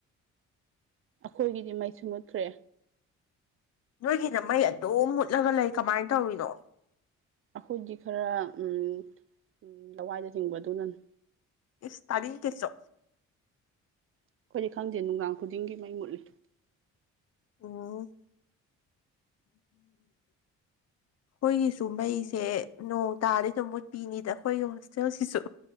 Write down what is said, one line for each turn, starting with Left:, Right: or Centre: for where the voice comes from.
Right: ꯑꯩꯈꯣꯏꯒꯤꯗꯤ ꯃꯩꯁꯨ ꯃꯨꯠꯈ꯭ꯔꯦ
Left: ꯅꯣꯏꯒꯤꯅ ꯃꯩ ꯑꯗꯨꯝ ꯃꯨꯠꯂꯒ ꯂꯩ ꯀꯃꯥꯏꯅ ꯇꯧꯔꯤꯅꯣ
Right: ꯑꯩꯈꯣꯏꯗꯤ ꯈꯔ ꯎꯝ ꯎꯝ ꯂꯋꯥꯏꯗ ꯆꯤꯡꯕ ꯑꯗꯨꯅꯅꯤ
Left: ꯏꯁ ꯇꯥꯅꯤꯡꯗꯦ ꯆꯣ
Right: ꯑꯩꯈꯣꯏꯗꯤ ꯈꯪꯗꯦ ꯅꯨꯡꯗꯥꯡ ꯈꯨꯗꯤꯡꯒꯤ ꯃꯩ ꯃꯨꯠꯂꯤ
Left: ꯑꯣ <inaudible> ꯑꯩꯈꯣꯏꯒꯤꯁꯨ ꯃꯩꯁꯦ ꯅꯣꯡ ꯇꯥꯔꯗꯤ ꯑꯗꯨꯝ ꯃꯨꯠꯄꯤꯅꯤꯗ ꯑꯩꯈꯣꯏꯒꯤ ꯌꯨꯝ ꯍꯣꯁꯇꯦꯜꯁꯤꯁꯨ